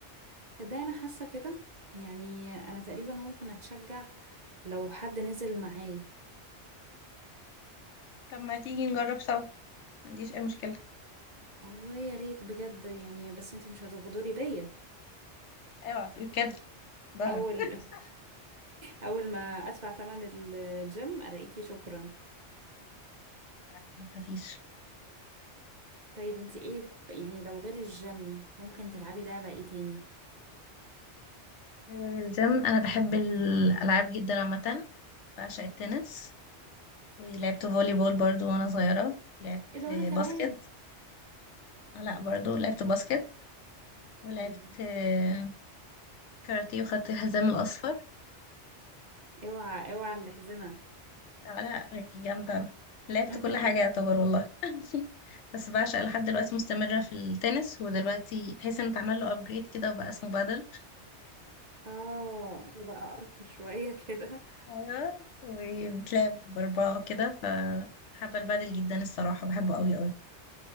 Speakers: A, on the right; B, on the left.
A: ده انا حاسه كده يعني انا تقريبا ممكن اتشجع لو حد نزل معايا
B: طب ما تيجي نجرب سوا ما عنديش أي مشكلة
A: والله يا ريت بجد يعني بس انت مش هتغدري بيا
B: اوعى تقول كده ظهرك
A: اول
B: <laughs>
A: اول ما ادفع ثمن الجيم الاقيكي شكرا
B: يعني ما تخافيش
A: طيب انت ايه ب- يعني لو غير الجيم ممكن تلعبي لعبة ايه تاني
B: آه، الجيم أنا بحب الألعاب جدا عامة بعشق التنس ولعبت فولي بول برضو وانا صغيرة لعبت
A: ايه ده
B: باسكت
A: وانا كمان
B: آه، لا برضو لعبت باسكت ولعبت
A: الله.
B: آه، كاراتيه وخدت الحزام الأصفر
A: اوعى اوعى الحزمة
B: آه، لا جامدة أنا لعبت
A: <laughs>
B: كل حاجة يعتبر والله <laughs> بس بعشق لحد دلوقتي مستمرة في التنس ودلوقتي تحس ان اتعمل له ابجريد كده وبقى اسمه بادل
A: اه بقى ارقى شوية كده
B: ايوه وبتلعب بأربعة كده فحابة البادل جدا الصراحة بحبه قوي قوي